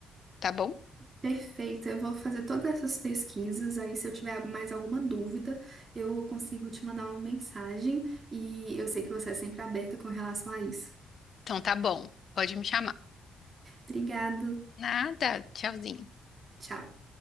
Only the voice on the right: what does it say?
Perfeito, eu vou fazer todas essas pesquisas. Aí, se eu tiver mais alguma dúvida, eu consigo te mandar uma mensagem. E eu sei que você é sempre aberta com relação a isso.
Obrigada,
tchau.